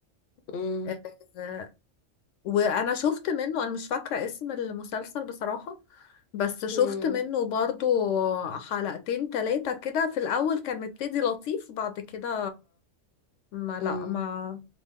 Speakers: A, on the left; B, on the left.
A: مم.
B: آه، آه، وأنا شفت منه أنا مش فاكرة اسم المسلسل بصراحة بس شفت
A: مم.
B: منه برضو حلقتين تلاتة كده في الأول كان مبتدي لطيف بعد كده ما لا
A: مم.
B: ما